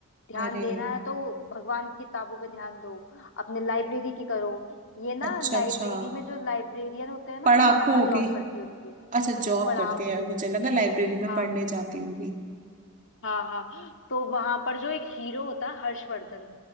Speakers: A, on the left; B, on the right.
A: ध्यान
B: अरे
A: देना है तो भगवान की किताबों में ध्यान दो अपने लाइब्रेरी की करो ये ना
B: अच्छा
A: लाइब्रेरी
B: अच्छा
A: में जो लाइब्रेरियन होते हैं ना
B: पढ़ाकू
A: ये वहां
B: होगी
A: जॉब करती होती है
B: अच्छा जॉब
A: पढ़ाकू
B: करती है मुझे लगा लाइब्रेरी में
A: हाँ
B: पढ़ने
A: हाँ
B: जाती होगी
A: हाँ हाँ तो वहां पर जो एक हीरो होता है हर्षवर्धन